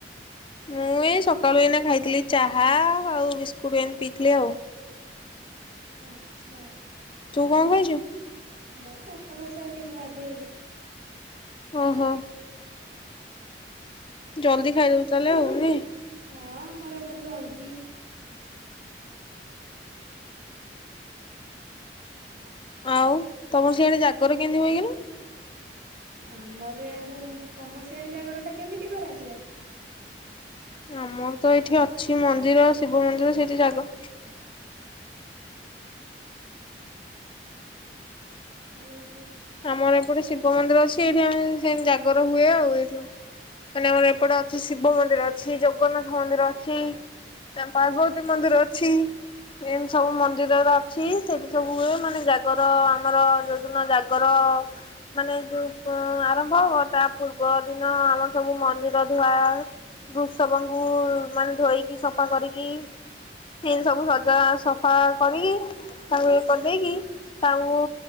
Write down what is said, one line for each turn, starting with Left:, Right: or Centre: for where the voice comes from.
Left: ମୁଁ ଏ ସକାଳୁ ଏଇନା ଖାଇଥିଲି ଚାହା ଆଉ ବିସ୍କୁଟ ଏନ୍ତି ପିଇଥିଲି ଆଉ।
Right: ଆଛା
Left: ତୁ କଣ ଖାଇଛୁ?
Right: ମୁଁ ଭାତ ଖାଇସାରିଲିଣି ଗାଧେଇକି
Left: ଓହୋ ଜଲଦି ଖାଇଦଉ ତାହେଲେ ଆଉ ନାହିଁ।
Right: ହଁ ଆମର ଏପଟେ ଜଲଦି
Left: ଆଉ ତମର ସିଆଡେ ଜାଗର କେମତି ହୁଏ କିଲୋ?
Right: ଆମର ଆଡେ ତମ ସିଆଡେ ଜାଗର ଟା କେମିତି କରାଯାଏ?
Left: ଆମର ତ ଏଇଠି ଅଛି ମନ୍ଦିର ଶିବ ମନ୍ଦିର ସେଇଠି ଜାଗ।
Right: ହୁଁ ହୁଁ
Left: ଆମର ଏପଟେ ଶିବ ମନ୍ଦିର ଅଛି, ଏଇଠି ଆମେ ସେମିତି ଜାଗର ହୁଏ ଆଉ ଏଠି ମାନେ ଆମର ଏପଟେ ଅଛି, ଶିବ ମନ୍ଦିର ଅଛି, ଜଗନ୍ନାଥ ମନ୍ଦିର ଅଛି, ପାର୍ବତୀ ମନ୍ଦିର ଅଛି, ଏମିତି ସବୁ ମନ୍ଦିର ଗୁରା ଅଛି ସେଠି ସବୁ ହୁଏ ମାନେ ଜାଗର ଆମର ଯୋଉଦିନ। ର ମାନେ ଯୋଉ ଆରମ୍ଭ ହବ ତା ପୂର୍ବ ଦିନ ଆମର ସବୁ ମନ୍ଦିର ଧୁଆ ବୃସବଙ୍କୁ ମାନେ ଧୋଇକି ସଫା କରିକି ସେତି ସବୁ ସଜା ସଫା କରିକି ତାକୁ ଇଏ କରିଦେଇକି ତାଙ୍କୁ